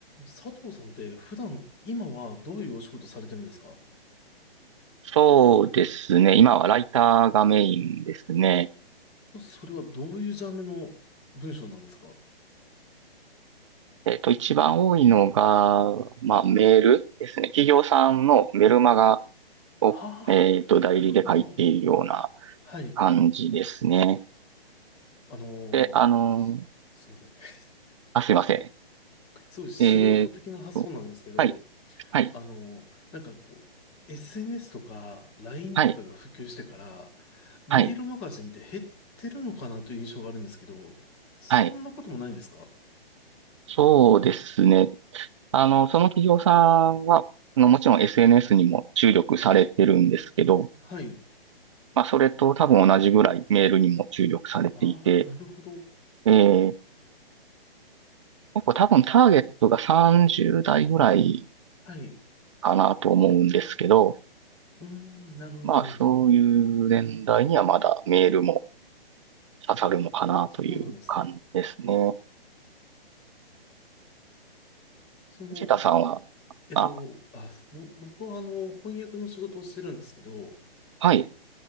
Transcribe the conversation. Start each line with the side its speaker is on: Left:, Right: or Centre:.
Left: 佐藤さんって普段、今はどういうお仕事されてるんですか
Right: そうですね。今はライターがメインですね。
Left: それはどういうジャンルの文章なんですか
Right: えっと、一番多いのが、まあ、メールですね。企業さんのメルマガを、
Left: ああー、
Right: えっと、代理で書いているような
Left: なるほど。はい。
Right: 感じですね。
Left: あのーす、
Right: で、あの、
Left: すいません。<laughs>
Right: あ、すいません。
Left: すごい素人的な発想なんですけど、
Right: えっと、はい、はい、
Left: あのーなんかこう、SNS とか LINE
Right: はい、
Left: とかが普及してから、メールマガジンって減ってるのかなという印象があるんですけど、
Right: はい、
Left: そんなこともないんですか
Right: はい。そうですね。あの、その企業さんは、あのもちろん SNS にも注力されてるんですけど、
Left: はい。
Right: まあ、それと多分同じぐらいメールにも注力されていて、
Left: ああ、なるほど。
Right: えー、結構多分ターゲットが30代ぐらい
Left: はい。
Right: かなと思うんですけど、
Left: うーん、なるほど、
Right: まあ、
Left: なるほど。
Right: そういう年代にはまだメールも刺さるのかなという感じですね。
Left: そうなんですね。その、
Right: 藤田さんは、
Left: えっと、
Right: あ、
Left: あ、ぼ僕はあの、翻訳の仕事をしてるんですけど、
Right: はい、